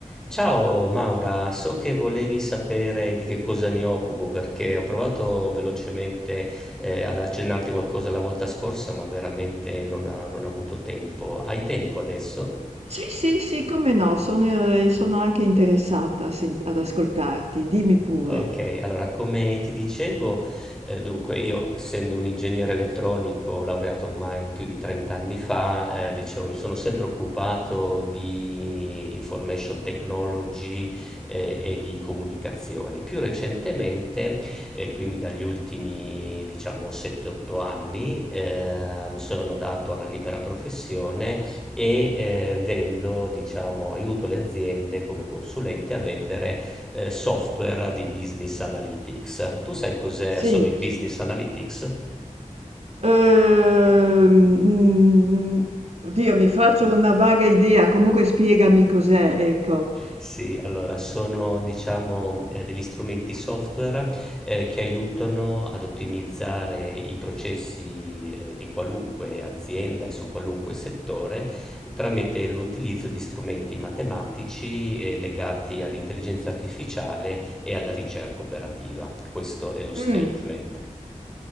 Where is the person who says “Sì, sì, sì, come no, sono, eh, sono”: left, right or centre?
Right